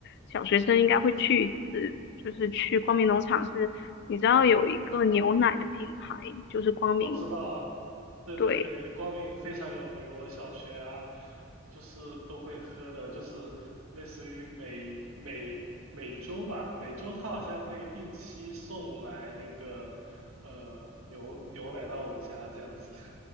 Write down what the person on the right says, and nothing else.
我知道，对对对，
光明非常有名。我小学啊，就是都会喝的，就是类似于每每每周吧，每周他好像会定期送来那个呃牛牛奶到我家这样子。<laughs>